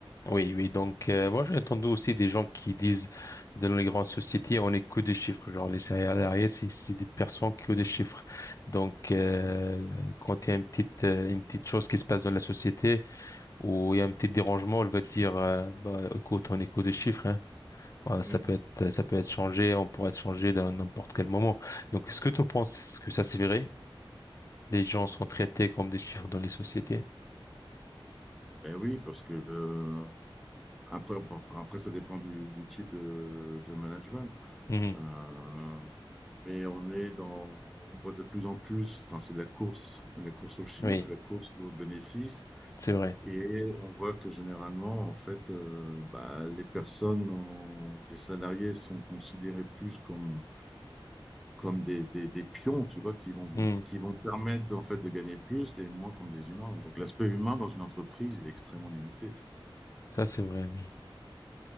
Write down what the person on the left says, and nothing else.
oui, oui. Donc, euh, moi, j'ai entendu aussi des gens qui disent dans les grandes sociétés, on est que des chiffres. Genre, les salariés, c'est c'est des personnes qui ont des chiffres. Donc, euh, quand il y a une petite, euh, une petite chose qui se passe dans la société ou il y a un petit dérangement, elle va te dire, euh, bah, écoute, on est que des chiffres. hein. Voilà, ça
peut être, ça peut être changé, on pourrait être changé dans n'importe quel moment. Donc, est-ce que tu penses que ça, c'est vrai? Les gens sont traités comme des chiffres dans les sociétés?
Mhm.
Oui,
c'est vrai.
Mhm.
Ça, c'est vrai, oui.